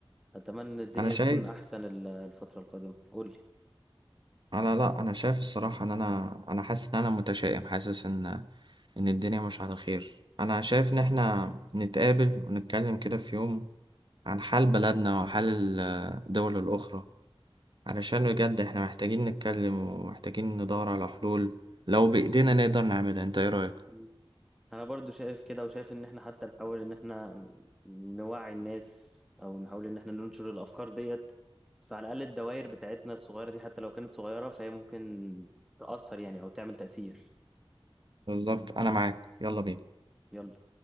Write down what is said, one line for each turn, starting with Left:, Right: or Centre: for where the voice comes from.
Centre: اتمنى الدنيا
Right: انا شايف
Centre: تكون احسن ال- الفتره القادمه قول
Right: انا لا انا شايف الصراحه ان انا انا حاسس ان انا متشائم حاسس ان ان الدنيا مش على خير انا شايف ان احنا نتقابل ونتكلم كده في يوم عن حال بلدنا وحال الدول الاخرى علشان بجد احنا محتاجين نتكلم ومحتاجين ندور على حلول لو بايدينا نقدر نعملها انت ايه رايك
Centre: لي انا برضو شايف كده وشايف ان احنا حتى نحاول ان احنا نوعي الناس او نحاول ان احنا ننشر الافكار ديت فعلى الاقل الدوائر بتاعتنا الصغيره دي حتى لو كانت صغيره فهي ممكن تاثر يعني او تعمل تاثير
Right: بالظبط انا معاك يلا بينا
Centre: يلا